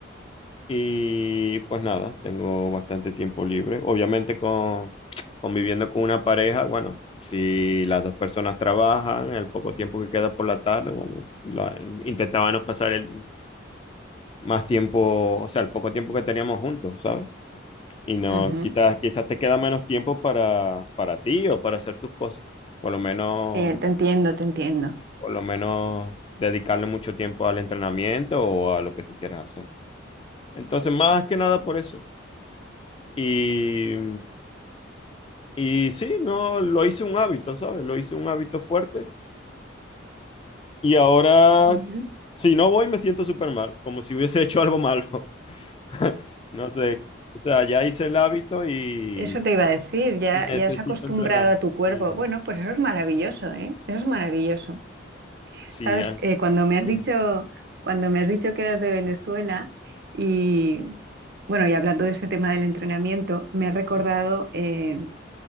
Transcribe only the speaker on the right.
Ujú.
Sí, te entiendo, te entiendo.
Bien.
Eso te iba a decir, ya,
ya has acostumbrado
a tu cuerpo.
Bueno, pues eso es maravilloso, ¿eh? Eso es maravilloso.
Sabes,
Eh, cuando me has
dicho, cuando me has dicho que eras de Venezuela y bueno, y hablando de este tema del entrenamiento, me ha recordado
eh,